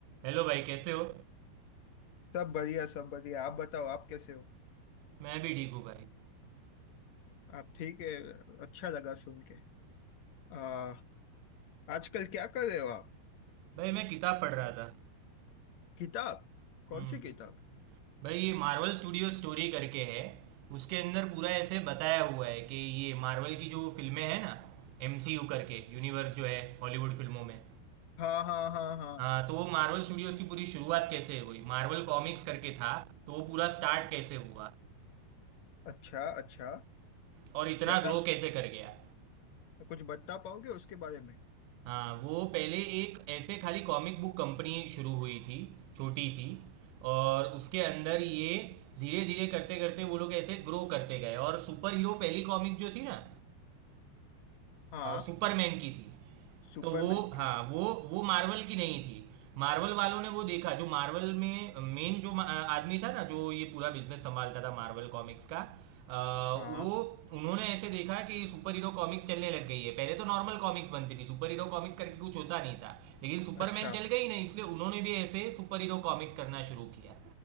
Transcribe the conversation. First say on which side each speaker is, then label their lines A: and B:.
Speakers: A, on the right; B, on the left.
A: Hello भाई कैसे हो
B: सब बढ़िया सब बढ़िया आप बताओ आप कैसे हो
A: मैं भी ठीक हूँ भाई
B: आप ठीक है अच्छा लगा सुन के आ, आजकल क्या कर रहे हो आप
A: भाई मैं किताब पढ़ रहा था
B: किताब कौन
A: हम्म
B: सी किताब
A: भाई ये मार्वल स्टूडियो स्टोरी करके है उसके अंदर पूरा ऐसे बताया हुआ है कि ये मार्वल की जो फिल्में हैं ना एमसीयू करके यूनिवर्स जो है हॉलीवुड फिल्मों में
B: हाँ हाँ हाँ हाँ
A: हाँ तो वो मार्वल स्टूडियोज की पूरी शुरुआत कैसे हुई मार्वल कॉमिक्स करके था तो वो पूरा स्टार्ट कैसे हुआ
B: अच्छा अच्छा
A: और इतना
B: बता
A: ग्रो कैसे कर गया
B: कुछ बता पाओगे उसके बारे में
A: हाँ वो पहले एक ऐसे खाली कॉमिक बुक कंपनी शुरू हुई थी छोटी सी और उसके अंदर ये धीरे धीरे करते करते वो लोग ऐसे ग्रो करते गए और सुपर हीरो पहली कॉमिक जो थी ना
B: हाँ
A: सुपरमैन की थी
B: सुपरमैन
A: तो वो हाँ
B: की
A: वो वो मार्वल की नहीं थी मार्वल वालों ने वो देखा जो मार्वल में मेन जो मा- आदमी था ना जो ये पूरा बिजनेस संभालता था मार्वल कॉमिक्स का अ,
B: हाँ
A: वो उन्होंने ऐसे देखा कि सुपर हीरो कॉमिक्स चलने लग गई है पहले तो नॉर्मल कॉमिक्स बनती थी सुपर हीरो कॉमिक्स करके कुछ होता नहीं था लेकिन सुपरमैन
B: अच्छा
A: चल गई ना इसलिए उन्होंने भी ऐसे सुपर हीरो कॉमिक्स करना शुरू किया